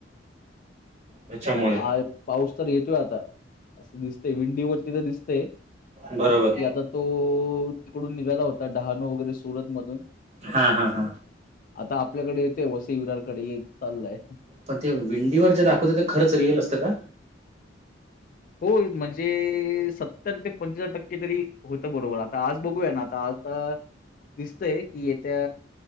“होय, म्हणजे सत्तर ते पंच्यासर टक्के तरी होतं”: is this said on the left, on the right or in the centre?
Left